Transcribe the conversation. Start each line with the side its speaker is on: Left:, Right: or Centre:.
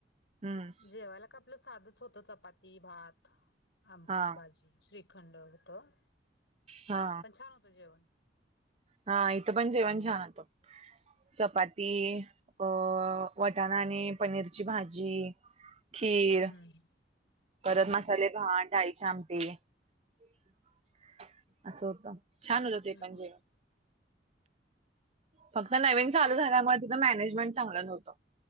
Right: हम्म.
Left: जेवायला का आपलं साधच होतं. चपाती, भात, आमटी,
Right: हा
Left: भाजी. श्रीखंड होतं,
Right: हा
Left: पण छान होत जेवण.
Right: हा.. इथं पण जेवण छान होत चपाती. अ वटाणा आणि पनीरची भाजी, खीर.
Left: हम्म
Right: परत
Left: हम्म
Right: मसाले भात डाळीची आमटी असं होतं. छान होत ते,
Left: हम्म
Right: पण जेवण. फक्त नवीन चालू झाल्यामुळे, तिथं मॅनेजमेंट चांगलं नव्हतं.